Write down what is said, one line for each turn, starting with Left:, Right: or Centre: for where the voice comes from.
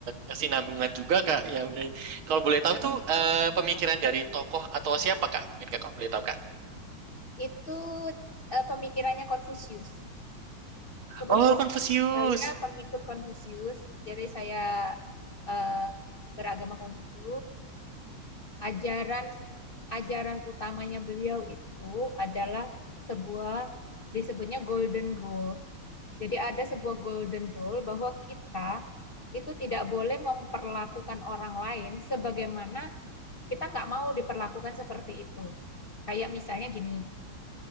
Right: kesinambungan juga Kak. Ya, bener. kalau boleh tahu itu eh, pemikiran dari tokoh atau siapa Kak? Mungkin Kakak boleh tahu Kak.
Left: Itu eh, pemikirannya Konfusius. Kebetulan
Right: Oh, Confucius.
Left: saya pengikut Konfusius, jadi saya eh, beragama Konghucu. Ajaran ajaran utamanya beliau itu adalah sebuah disebutnya golden rule. Jadi ada sebuah golden rule bahwa kita itu tidak boleh memperlakukan orang lain sebagaimana kita nggak mau diperlakukan seperti itu. Kayak misalnya gini,